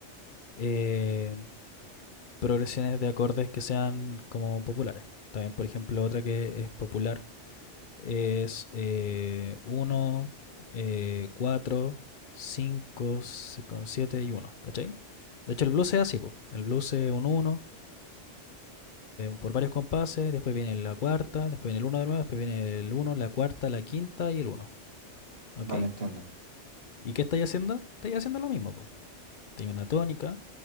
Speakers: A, on the left; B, on the right.
A: eh, progresiones de acordes que sean como populares. También, por ejemplo, otra que es popular es 1, 4, 5, 7 y uno ¿cachai? De hecho, el blues es así,
B: Mm.
A: po. el blues es un 1 por varios compases, después viene la cuarta, después viene el uno de nuevo, después viene el uno, la cuarta, la quinta y el uno, ¿ok?
B: Vale, entiendo.
A: ¿Y qué estáis haciendo? Estáis haciendo lo mismo, po. Tenía una tónica,